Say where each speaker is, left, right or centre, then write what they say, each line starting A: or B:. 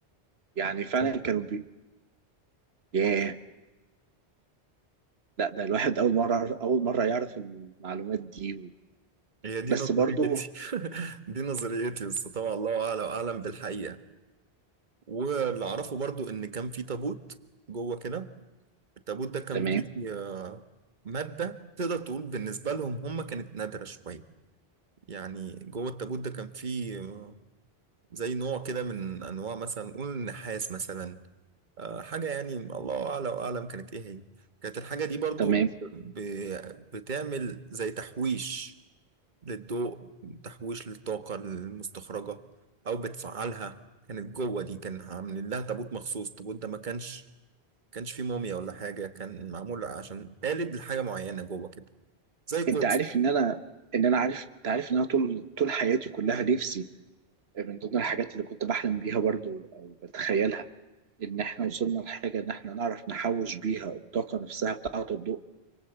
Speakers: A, on the right; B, on the right.
A: يعني فعلا
B: شكراً.
A: كانوا بي ياه لا ده الواحد أول مرة أول مرة يعرف المعلومات دي
B: هي دي
A: بس
B: نظريتي
A: برضو
B: <laughs> دي نظريتي بس طبعا الله اعلم اعلم بالحقيقه واللي اعرفه برضو ان كان في تابوت جوه كده التابوت ده كان
A: تمام
B: فيه آه، ماده تقدر تقول بالنسبه لهم هم كانت نادره شويه يعني جوه التابوت ده كان فيه آه، زي نوع كده من انواع مثلا نقول النحاس مثلا آه، حاجه يعني الله اعلى واعلم كانت ايه هي كانت الحاجه دي برضو
A: تمام
B: ب- بتعمل زي تحويش للضوء تحويش للطاقه المستخرجه او بتفعلها كانت جوه دي كان عاملين لها تابوت مخصوص التابوت ده ما كانش كانش فيه موميا ولا حاجه كان معمول عشان قالب لحاجه معينه جوه كده زي قرص
A: أنت عارف إن أنا إن أنا عارف أنت عارف إن أنا طول طول حياتي كلها نفسي آه، من ضمن الحاجات اللي كنت بحلم بيها برضو أو بتخيلها إن إحنا وصلنا لحاجة إن إحنا نعرف نحوش بيها الطاقة نفسها بتاعة الضوء